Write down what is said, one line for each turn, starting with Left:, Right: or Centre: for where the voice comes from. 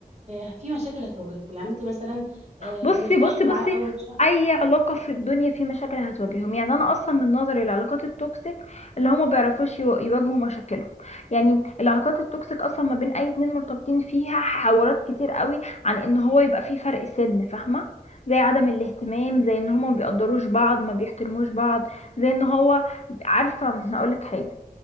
Right: آه في مشاكل هتواجهكم يعني انت مثلا آه
Left: بصي
Right: ارتحتي
Left: بصي بصي
Right: معاه اول شهر
Left: اي علاقه في الدنيا في مشاكل هتواجههم يعني انا اصلا من نظري العلاقات التوكسيك اللي هما بيعرفوش يو- يواجهوا مشاكلهم يعني العلاقات التوكسيك اصلا ما بين اي اتنين مرتبطين فيها حوارات كتير قوي عن ان هو يبقى في فرق سن فاهمه زي عدم الاهتمام زي ان هما ما بيقدروش بعض ما بيحترموش بعض زي ان هو عارفه هقولك حاجه